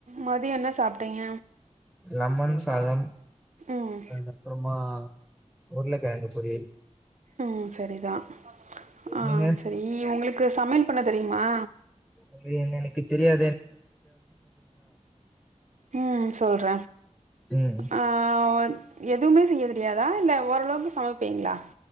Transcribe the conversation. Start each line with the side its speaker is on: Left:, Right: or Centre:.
Right: மதிய என்ன சாப்டீங்க
Centre: லெமன் சாதம்
Right: ம்
Centre: அதுக்கப்புறமா உருளைக்கிழங்கு பொரியல்
Right: உம் சரிதா ஆ
Centre: நீங்க
Right: சரி உங்களுக்கு சமையல் பண்ண தெரியுமா
Centre: அது என்ன எனக்கு தெரியா
Right: ம் சொல்ற
Centre: ம்
Right: ஆ உ எ துமே செய்ய தெரியாதா இல்ல ஓரளவுக்கு சமப் பீங்ளா